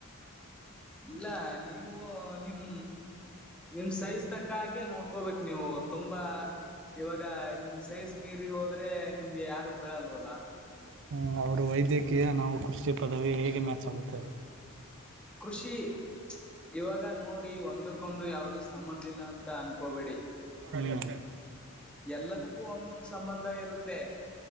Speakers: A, in the centre; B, on the right.
A: ಇಲ್ಲ ನೀವು ನಿಮ್ ನಿಮ್ಮ ಸೈಜ್ ತಕ್ಕ ಹಾಗೆ ನೋಡ್ಕೋಬೇಕ್ ನೀವು ತುಂಬಾ. ಇವಾಗ ನಿಮ್ಮ ಸೈಜ್ ಮೀರಿ ಹೋದ್ರೆ ನಿಮ್ಗೆ ಯಾರು ಬಿಳಲ್ವಲ್ಲ.
B: ಹ್ಮ್ ಅವರು ವೈದ್ಯಕೀಯ ನಾವು ಕೃಷಿ ಪದವಿ ಹೇಗೆ ಮ್ಯಾಚ್ ಆಗುತ್ತೆ.
A: ಕೃಷಿ ಇವಾಗ ನೋಡಿ ಒಂದಕ್ಕೊಂದು ಯಾವ್ದು ಸಂಬಂಧ ಇಲ್ಲ ಅಂತಾ ಅನ್ಕೋಬೇಡಿ
B: ಹ್ಮ್
A: ಎಲ್ಲದಕ್ಕೂ. ಒಂದೊಂದು ಸಂಬಂಧ ಇರುತ್ತೆ.